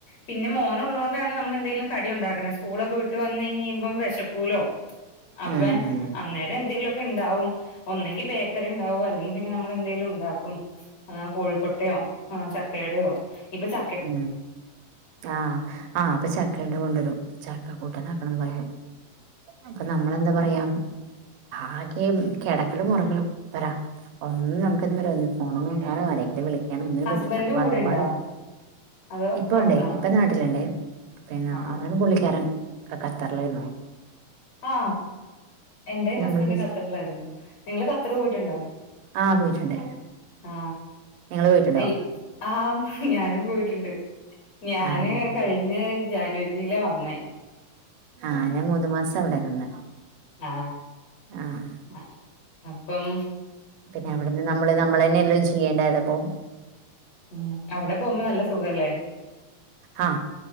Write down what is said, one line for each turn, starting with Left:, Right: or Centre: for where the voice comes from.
Left: പിന്നെ മോന് ഉള്ളോണ്ടാണ് നമ്മള് എന്തെലും ക കടി ഉണ്ടാക്ക്ണ. സ്കൂളൊക്കെ വിട്ട് വന്ന് ഴിഞ്ഞീമ്പം വെശക്കൂലോ അപ്പേ
Right: ഉം
Left: അന്നേരം എന്തെലുക്കെ ഇണ്ടാവും. ഒന്നെങ്കി ബേക്കറിം ഇണ്ടാവു അല്ലേ പിന്നെ നമ്മള് എന്തേലും ഉണ്ടാക്കും. ആ കോഴിക്കൊട്ടയോ ആ ചക്കയടെ യോ ഇപ്പ ച
Right: ഉ ആ ആ അപ്പൊ ചക്കണ്ട കൊണ്ടുവരും ചക്ക കൂട്ടാ ന ആക്കണംന്ന് പറ അപ്പൊ നമ്മളെന്താ പറയാ ആകെ കിടക്കൽ മുറങ്ങ രാ ഒന്നും നു ഫോൺ നോക്കോ ആരെങ്കിലും വിളിക്കാനോ ഒന്നിനും
Left: ഹസ്ബൻഡ്
Right: പറ്റുല്ല വന്ന
Left: കൂടെ ഉണ്ടോ
Right: പാടെ
Left: അതോ
Right: ഇപ്പൊ
Left: പുറത്താണോ
Right: ഉണ്ട് ഇപ്പൊ നാട്ടില് ണ്ടേ പിന്നെ
Left: ആ
Right: അതും പുള്ളിക്കാരൻ കത്തറിലാരുന്നു
Left: ആ എന്റെ ഹസ്ബൻഡും
Right: നമ്മള്
Left: ഖത്തറിലായിരുന്നു നിങ്ങള് ഖത്തർ പോയിട്ടുണ്ടോ
Right: ആ പോയിട്ടുണ്ടേ
Left: ആ
Right: നിങ്ങള് പോയിട്ടുണ്ടോ
Left: അയ് ആ ഞാനും പോയിട്ടുണ്ട് ഞാന്
Right: ആഹ്
Left: കഴിഞ്ഞ ജാനുവരിയില വന്നു ന്നായി
Right: ആ ഞാൻ മൂന്ന് മാസം അവിടെ നിന്ന്
Left: ആ
Right: ആഹ്
Left: ആ ഇപ്പം
Right: പിന്നെ അവിടുന്ന് നമ്മള് നമ്മള് തന്നെ എല്ലാം ചെയ്യേണ്ടത് അപ്പൊ
Left: ഉംഅവിടെ പോകുമ്പോ നല്ല സുഖല്ലേ
Right: ആഹ്